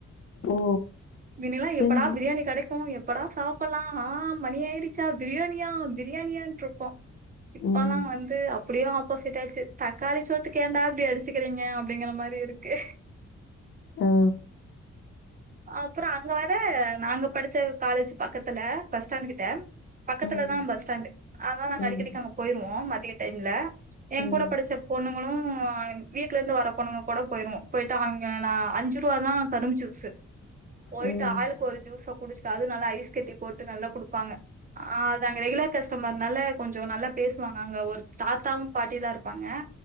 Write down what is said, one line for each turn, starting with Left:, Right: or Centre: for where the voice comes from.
Left: ஓ
Right: மின்னில்லா
Left: செஞ்சு
Right: எப்படா பிரியாணி கடைக்கோ எப் அப்படா சாப்பலா ஆ மணி ஆய்ருச்சா பிரியாணியா பிரியாணியான்ட்ருப்போ இப்பலா
Left: ம்
Right: வந்து அப்டியே ஆப்போசிட் ஆயிருச்சு தக்காளி சோத்துக்கு ஏன்டா இப்டி அடிச்சுக்கிறீங்க அப் டிங்கிற மாரி இருக்கு
Left: ஆ
Right: அப்ற அங்க வர நாங்க படிச்ச காலேஜு பக்கத்துல பஸ் ஸ்டாண்ட்டு கிட்ட பக்கத்துல
Left: ம் ம்
Right: தா பஸ் ஸ்டாண்டு அதனால நாங்க
Left: ம் ம்
Right: அடிக்கடிக்கு அங்க போயிருவோ மதிய டைம்ல எங்கூட
Left: ம்
Right: படிச்ச பொண்ணுங்களு வீட்ல இருந்து வர பொண்ணுங்க கூட போயிருவோ போயிட்டு அங் ஏனா அஞ்சு ரூவா தா கரும்பு ஜூஸு போய்ட்டு
Left: ம் ம் ம்
Right: ஆளுக்கொரு ஜூஸக் குடிச்ட்டு அதுவு நல்லா ஐஸ் கட்டி போட்டு நல்லா குடுப்பாங்க ஆ அது அங்க ரெகுலேர் கஸ்டமர்னால கொஞ்ச நல்லா பேசுவாங்க அங்க ஒரு தாத்தாவு பாட்டியு தா இருப்பாங்க